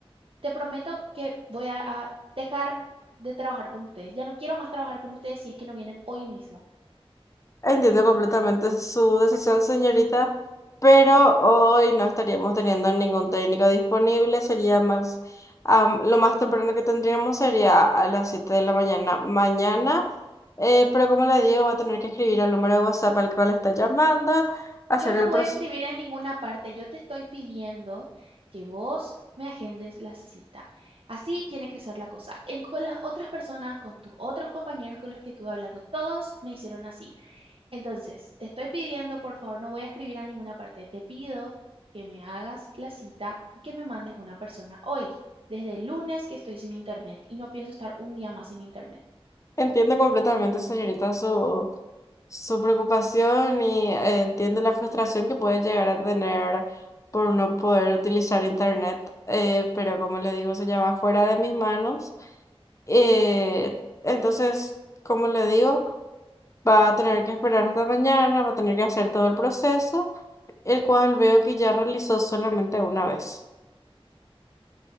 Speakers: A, on the right (about 60°); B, on the left (about 30°).
A: te prometo que voy a, a dejar de trabajar con ustedes. Ya no quiero más trabajar con ustedes si es que no vienen hoy mismo.
B: Entiendo completamente su decisión, señorita, pero hoy no estaríamos teniendo ningún técnico disponible. Sería más, am, lo más temprano que tendríamos sería a las 7 de la mañana mañana. eh, pero como le digo, va a tener que escribir al número de WhatsApp al cual está llamando, hacer
A: Yo no
B: el
A: voy
B: proceso.
A: a escribir en ninguna parte. Yo te estoy pidiendo que vos me agendes la cita. Así tiene que ser la cosa. En, con las otras personas, con tus otros compañeros con los que estuve hablando, todos me hicieron así. Entonces, te estoy pidiendo, por favor, no voy a escribir a ninguna parte. Te pido que me hagas la cita y que me mandes una persona hoy, desde el lunes que estoy sin internet y no pienso estar un día más sin internet.
B: Entiendo completamente, señorita, su, su preocupación y eh, entiendo la frustración que puede llegar a tener por no poder utilizar internet, eh, pero como le digo, se llama fuera de mis manos. Eh, entonces, como le digo, va a tener que esperar hasta mañana, va a tener que hacer todo el proceso, el cual veo que ya realizó solamente una vez.